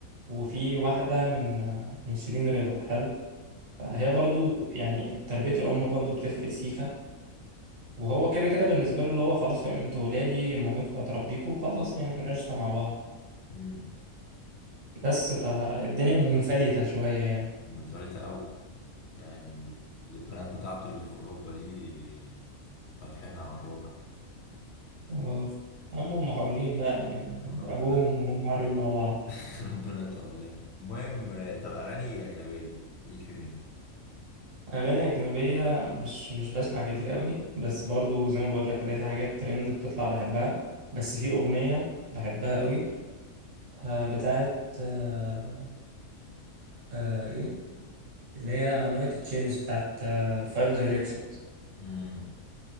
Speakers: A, on the right; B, on the left.
A: وفي واحدة من من شيرين رضا حلو فهي برضو يعني تربية الأم برضو بتفرق سيكا وهو كده كده بالنسبة له اللي هو خلاص يعني انتوا ولادي مامتكم هتربيكوا خلاص يعني احنا قشطة مع بعض
B: مم.
A: بس فالدنيا منفلتة شوية يعني
B: منفلتة أوي يعني البنات بتاعته اللي في أوروبا دي فاتحينها على الربع
A: اه يا عم هم حرين بقى يعني
B: ربنا
A: أبوهم وهم حرين مع بعض
B: <laughs> ربنا يتولاهم المهم آه، طب أغاني أجنبية ليك في مين؟
A: أغاني أجنبية مش مش بسمع كتير قوي بس برضو زي ما بقول لك كده في حاجات ترند بتطلع بحبها بس في أغنية بحبها قوي آه، بتاعت آه، آه، إيه اللي هي United Change بتاعت 5 Direction
B: امم